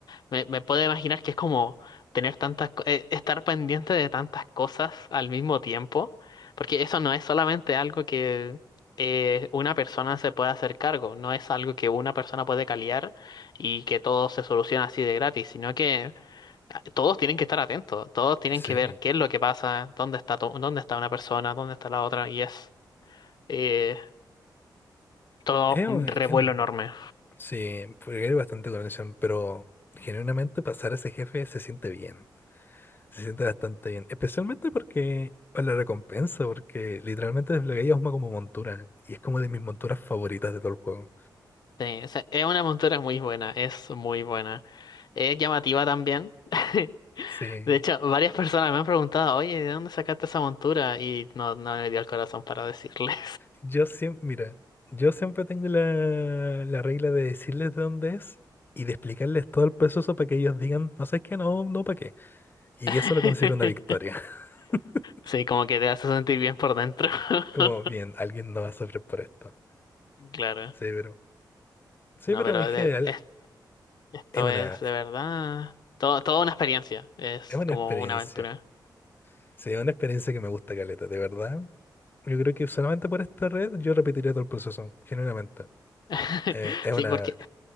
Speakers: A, on the left; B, on the left.
A: me, me puedo imaginar que es como tener tantas, co- eh, estar pendiente de tantas cosas al mismo tiempo, porque eso no es solamente algo que eh, una persona se puede hacer cargo, no es algo que una persona puede caliar y que todo se soluciona así de gratis, sino que ah, todos tienen que estar atentos, todos tienen
B: Sí.
A: que ver qué es lo que pasa, dónde está, to- dónde está una persona, dónde está la otra, y es eh, todo
B: Es, un-
A: un revuelo
B: es un
A: enorme.
B: Sí, porque hay bastante coordinación, pero genuinamente pasar a ese jefe se siente bien, se siente bastante bien, especialmente porque por la recompensa, porque literalmente desbloqueas una como montura y es como de mis monturas favoritas de todo el juego.
A: Sí, o sea, es una montura muy buena, es muy buena. Es llamativa también. <laughs>
B: Sí,
A: De hecho, varias personas me han preguntado, oye, ¿de dónde sacaste esa montura? Y no, no me dio el corazón para decirles.
B: yo siempre, mira, yo siempre tengo la, la regla de decirles de dónde es y de explicarles todo el proceso para que ellos digan, no sé qué, no, no, para qué. Y
A: <laughs>
B: eso lo considero una victoria. <laughs>
A: Sí, como que te hace sentir bien por dentro.
B: Como
A: <laughs>
B: bien, alguien no va a sufrir por esto.
A: Claro.
B: Sí, pero, sí,
A: No,
B: pero
A: pero
B: en general
A: de- es- esto
B: es una,
A: es de verdad. Todo, toda una experiencia. Es
B: Es una
A: como
B: experiencia.
A: una aventura.
B: Sí, es una experiencia que me gusta caleta, de verdad. Yo creo que solamente por esta red yo repetiría todo el proceso, genuinamente.
A: <laughs>
B: Eh, es
A: Sí,
B: una,
A: porque